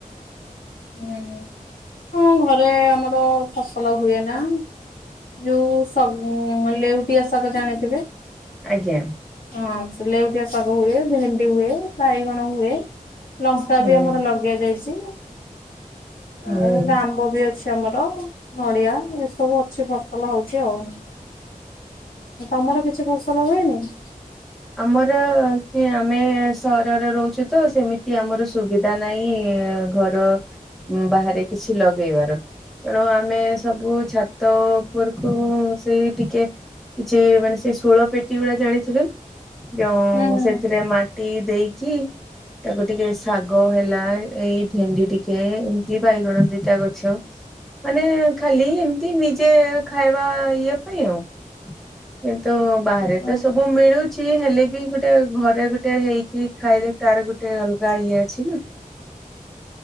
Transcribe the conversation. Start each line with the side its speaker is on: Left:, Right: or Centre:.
Centre: ହା
Left: ହୁଁ ହଁ ଘରେ ଆମର ଫସଲ ହୁଏ ନା ଯୋଉ ଲେଉଟି ଆସକ ଜାଣିଥିବେ
Centre: ଆଜ୍ଞା।
Left: ହଁ ସେ ଲେଉଟିଆ ଶାଗ ହୁଏ ଭେଣ୍ଡି ହୁଏ ବାଇଗଣ ହୁଏ। ଲଙ୍କା
Centre: ହୁଁ
Left: ବି ଆମର ଲଗେଇ ଯାଇଛି ଆ
Centre: ହୁଁ
Left: ଆମ୍ବ ବି ଅଛି। ଟମାଟ ନଡ଼ିଆ ଏସବୁ ଅଛି ଫସଲ ହଉଛି ଆଉ ତମର କିଛି ଫସଲ ହୁଏନି?
Centre: ଆମର ଆମେ ସହରରେ ରହୁଛୁ ତ ସେମିତି ଆମର ସୁ ବିଧା ନାହିଁ ଘର ବାହାରେ କିଛି ଲଗେଇବାର। ତେଣୁ ଆମେ ସବୁ ଛାତ ଉପରକୁ ସେଇ ଟିକେ କିଛି ମାନେ ସେ ଶୋଳ ପେଟି ଗୁଡା ଜାଣିଥିବେ। ଯଉ
Left: ହୁଁ
Centre: ସେଥିରେ ମାଟି ଦେଇକି ତାକୁ ଟିକେ ଶାଗ ହେଲା ଏଇ ଭେଣ୍ଡି ଟିକେ ଏମିତି ବାଇଗଣ ଦିଟା ଗଛ ମାନେ ଖାଲି ଏମତି ନିଜେ ଖାଇବା ଇଏ ପାଇଁ ଆଉ। କିନ୍ତୁ ବାହାରେତ
Left: ହୁଁ
Centre: ସବୁ ମିଳୁଛି ହେଲେବି ଗୋ ଗୋଟେ ଘରେ ଗୋଟେ ହେଇଛିି ଖାଇଲେ ତାର ଗୋଟେ ଅଲଗା ଇଏ ଅଛିନା।